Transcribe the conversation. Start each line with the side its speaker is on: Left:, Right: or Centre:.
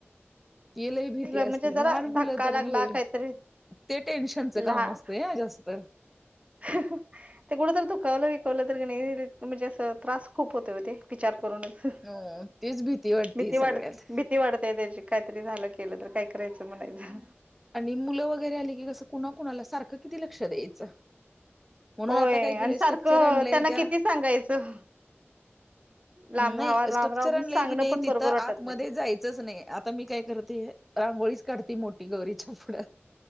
Centre: ते लय भीती
Right: म्हणजे
Centre: असती
Right: जरा
Centre: लहान मुलं
Right: धक्का
Centre: तर
Right: लागला
Centre: लयच
Right: काहीतरी
Centre: ते टेन्शनचं
Right: लहान
Centre: काम असतंय जास्त.
Right: ते कुढं जर दुखवलं विकवलं तर कनय लय म्हणजे अस त्रास खूप होतेय व ते. विचार करूनच हं
Centre: हो तीच वाटते
Right: भीती
Centre: सगळ्यात
Right: वाढते भीती. ती वाढतय त्याची काहीतरी झालं केलं तर काय करायचं म्हणायचं.
Centre: आणि मुलं वगैरे आली की कसं कुणा कुणाला सारखं किती लक्ष द्यायचं. म्हणून
Right: होय
Centre: आता काय केलंय
Right: आणि
Centre: स्ट्रक्चर
Right: सारखं
Centre: आणलंय
Right: त्यांना
Centre: त्या.
Right: किती सांगायचं लांब
Centre: नाही
Right: राहावा लांब
Centre: स्ट्रक्चर
Right: राहावा म्हणून
Centre: आणलंय
Right: सांगणं
Centre: की नाही
Right: पण
Centre: तिथं
Right: बरोबर वाटत
Centre: आतमध्ये
Right: नाही
Centre: जायचंच नाहीय. आता मी काय करते रांगोळीच काढते मोठी गौरीच्या पुढ.